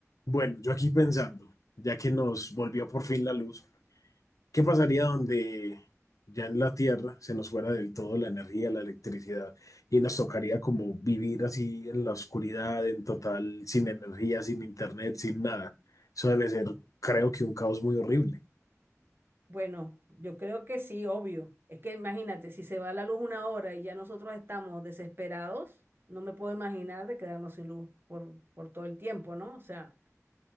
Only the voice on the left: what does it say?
Bueno, yo aquí pensando, ya que nos volvió por fin la luz, ¿qué pasaría donde ya en la Tierra se nos fuera del todo la energía, la electricidad, y nos tocaría como vivir así en la oscuridad, en total, sin energía, sin internet, sin nada? Eso debe ser, creo que un caos muy horrible.